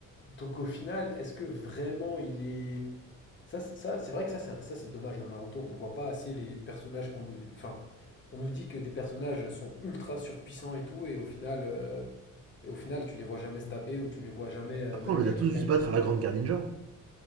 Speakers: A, on the left; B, on the right.
A: Donc au final, est-ce que vraiment il est... Ça, c'est- ça c'est vrai que ça, c'est un- ça c'est dommage dans Naruto, on voit pas assez les personnages qu'on nous... Enfin, on nous dit que des personnages sont ultra surpuissants et tout, et au final, euh, et au final tu les vois jamais se taper, ou tu les vois jamais, euh,
B: Après,
A: même
B: on les
A: des
B: a
A: highlights.
B: tous vus se battre à la Grande Guerre Ninja. hein.